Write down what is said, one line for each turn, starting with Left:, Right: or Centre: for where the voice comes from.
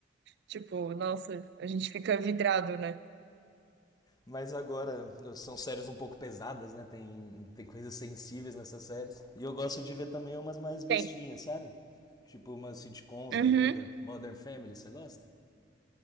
Right: tipo, nossa, a gente fica vidrado, né?
Left: Mas agora são séries um pouco pesadas, né? Tem, tem coisas sensíveis nessas séries. E eu gosto de ver também umas mais bestinhas,
Right: Tem.
Left: sabe? Tipo umas sitcoms
Right: Uhum.
Left: da vida. Modern Family, você gosta?